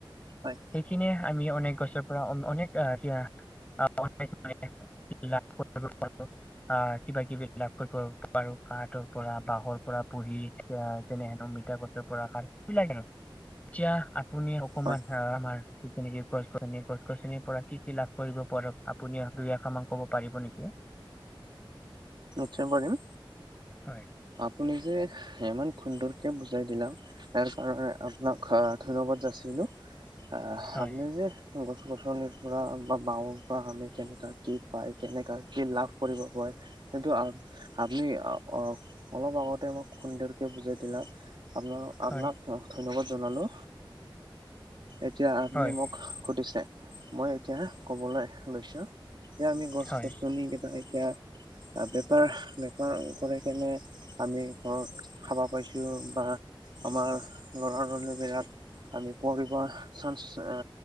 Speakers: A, on the right; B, on the left.
A: হয়
B: সেইখিনিয়ে আমি অনেক গছৰ পৰা অম-অনেক আ, তিয়া। <inaudible> আ, কিবা কিবি লাভ কৰিব পাৰো কাতৰ পৰা বাঁহৰ পৰা বহি- এতিয়া তেনে হেন অমিতা গছৰ পৰা কাত কি লাগে নো এটিয়া পুনি অকমান
A: হয়
B: আ, আমাৰ যিটো নিকি গছ গছনি গছ গছনিৰ পৰা কি কি লাভ কৰিব। পৰত আপুনি দুই আশা মান ক'ব পাৰিব নেকি?
A: নিশ্চয় কৰিম।
B: হয়।
A: আপুনি যে ইমান সুন্দৰকে বুজাই দিলা, তাৰ কাৰণে আপোনাক হা- ধন্যবাদ যাচিলোঁ। আহ
B: হয়
A: আপনি যে- গছ গছনিৰ পৰা বা বাওঁৰ পৰা আমি কেনেকুৱা কি পায়, কেনেকা কি লাভ কৰিব পাই- সেইটো আ, আপনি অ- অলপ আগতে মক খুন্দেৰকে বুজাই দিলা। আপোনালোক আপনাক-
B: হয়
A: অ', ধন্যবাদ জনালোঁ। এতিয়া আপুনি
B: হয়,
A: মোক সুধিছে। মই এতিয়া ক'বলে লৈছোঁ, যে আমি গছ
B: হয়,
A: গছনি কেইটা এতিয়া- আ, বেপাৰ বেপাৰ কৰে কেনে- আমি ঘৰত খাবা পাইছোঁ, বা আমাৰ ল'ৰা জনে বিলাক- আমি পঢ়িব চান্স আ